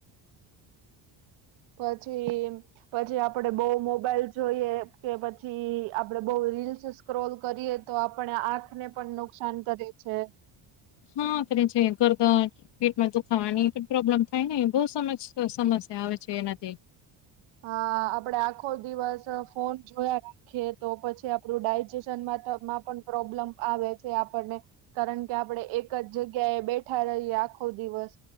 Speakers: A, on the right; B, on the left.
A: પછી પછી આપડે બહ મોબાઈલ જોઈએ કે પછી આપડે બઉ રીલ્સ સ્ક્રોલ કરીએ તો આપણે આંખ ને પણ નુકસાન કરે છે.
B: હા ત છે કરતા પેટમાં દુખાવાની પ્રોબ્લેમ થાય ને બહ સમસ્યા આવે છે એનાથી,
A: હા આપડે આખો દિવસ, ફોન જોયા રાખીએ તો પછી આપડું ડાયજેશનમાં પણ પ્રોબ્લેમ, આવે છે આપણને કારણ કે આપણેે એક જ જગ્યા જગ્યા બેઠા રહીએ આખો દિવસ